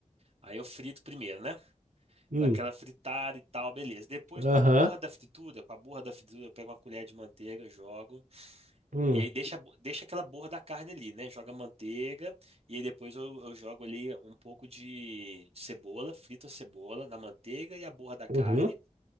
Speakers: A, on the right; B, on the right.
A: Aí eu frito primeiro, né?
B: hum,
A: Daquela fritada e tal, beleza. Depois,
B: aham,
A: com a borra da fritura, com a borra da fritura, eu pego uma colher de manteiga, jogo.
B: hum,
A: E aí deixa, a bo- deixa aquela borra da carne ali, né? Joga a manteiga. E aí depois eu, eu jogo ali um pouco de, de cebola, frito a cebola na manteiga e a borra da carne.
B: uhum,